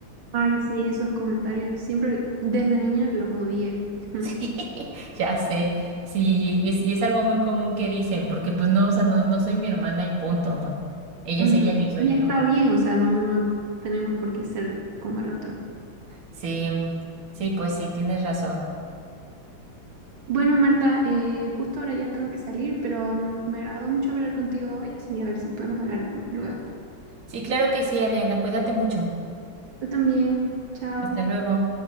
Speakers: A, on the right (about 85°); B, on the right (about 45°).
A: Ay, sí, esos comentarios. Siempre, desde niña los odié. <laughs>
B: Sí, <laughs> ya sé, sí, y es, y es algo muy común que dicen, porque pues no, o sea, no, no soy mi hermana y punto, ¿no? Ella
A: Ujú.
B: es ella, yo soy
A: Y
B: yo.
A: está bien, o sea, no, no tenemos por qué ser como el otro.
B: Sí, sí, pues sí, tienes razón.
A: Bueno, Marta, eh, justo ahora ya tengo que salir, pero mm, me agradó mucho hablar contigo hoy, así a ver si podemos hablar luego.
B: Sí, claro que sí, Adriana, cuídate mucho.
A: Yo también, chao.
B: Hasta luego.